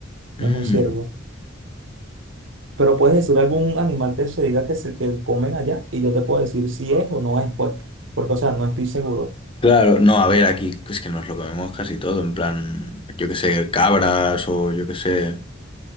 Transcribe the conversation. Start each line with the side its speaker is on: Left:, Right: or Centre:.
Right: no
Left: Mm.
Right: es un ciervo. Pero puedes decir algún animal que se diga que se que comen allá y yo te puedo decir si es o no es, pues, porque, o sea, no estoy seguro.
Left: Claro, no, a ver, aquí es que nos lo comemos casi todo. En plan, yo qué sé, cabras o yo qué sé.